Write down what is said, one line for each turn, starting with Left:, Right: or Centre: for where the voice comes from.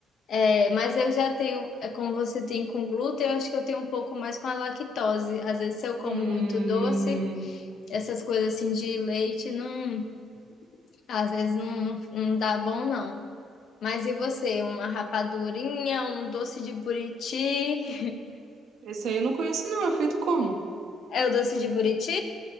Left: É, mas eu já tenho, é, como você tem com glúten, eu acho que eu tenho um pouco mais com a lactose. Às vezes, se eu como
Right: Hum,
Left: muito doce, essas coisas assim de leite, não, às vezes não, não, não dá bom, não. Mas e você? Uma rapadurinha, um doce de buriti?
Right: esse aí eu não conheço, não. É feito como?
Left: É o doce de buriti?